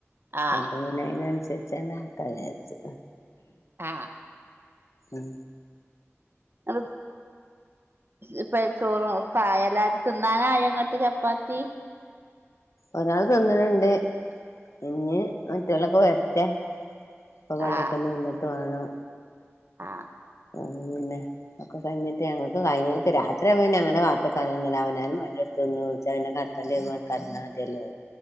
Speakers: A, on the right; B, on the left.
A: ആ
B: അത് അതിനനുസരിച്ചു തന്നെ ആക്കാന്ന് വിചാരിച്
A: ആ
B: മ്
A: അത് ഇപ്പ ചോറും കായ എല്ലാ തിന്നാനായ ങ്ങക്ക് ചപ്പാത്തി
B: ഒരാള് തിന്ന്ണ്ണ്ട് ഇനി മറ്റാലൊക്കെ വരട്ടെ. പ്പ പള്ളിയക്കൊന്ന്
A: ആ
B: വന്നിട്ട് വേണം
A: ആ
B: മ് പിന്നെ ഒക്കെ കഴിഞ്ഞട്ട് ഞങ്ങക് കഴിഞ്ഞിട്ട് രാത്രി പിന്നെ അങ്ങനെ കാത്തുക്കാനൊന്നില്ല അവന് മാണ്ടിയെ എടുത്ത് പിന്നെ വിളിച്ച പിന്നെ കടകണ്ടി വന്നാൽ കടന്നാമതിയല്ലോ.